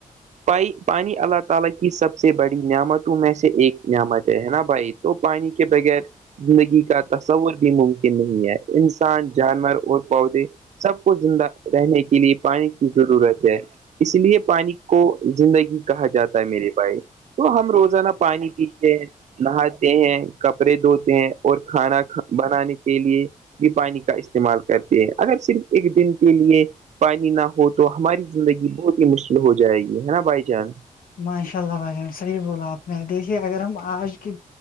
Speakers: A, on the right; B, on the left.
A: پائی پانی اللہ تعالی کی سب سے بڑی نعمتوں میں سے ایک نعمت ہے نا بھائی تو پانی کے بغیر زندگی کا تصور بھی ممکن نہیں ہے انسان جانور اور پودے سب کو زندہ رہنے کے لیے پانی کی ضرورت ہے اس لیے پانی کو زندگی کہا جاتا ہے میرے بھائی تو ہم روزانہ پانی پیتے ہیں نہاتے ہیں کپڑے دھوتے ہیں اور کھانا بنانے کے لیے بھی پانی کا استعمال کرتے ہیں اگر صرف ایک دن کے لیے پانی نہ ہو ہو تو ہماری زندگی بہت ہی مشکل ہو جائے گی ہے نا بھائی جان
B: ماشاء اللہ بھائی جان صحیح بولا آپ دیکھیے اگر ہم آج کی